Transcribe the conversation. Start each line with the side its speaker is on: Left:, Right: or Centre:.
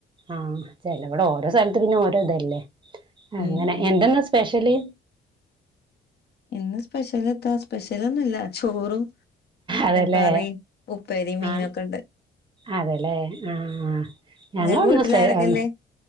Right: ആ ചെലവടെ ഓരോ സ്ഥലത്ത് പിന്നെ ഓരോഇതല്ലേ അങ്ങനെ.
Left: ഉം
Right: എന്താന്ന് സ്പെഷല്?
Left: ഇന്ന് സ്പെഷ്യല് എത്താ സ്പെഷ്യലൊന്നുല്ല ചോറും,
Right: അതല്ലേ
Left: കറിം, ഉപ്പേരിം, മീനൊക്കെണ്ട്.
Right: ആ അതെല്ലേ ആ ആ ഞങ്ങളൂന്ന്‌
Left: ഇങ്ങക്ക് വീട്ടിൽ
Right: സ്പെ
Left: ആരൊക്കെല്ലേ
Right: ഒ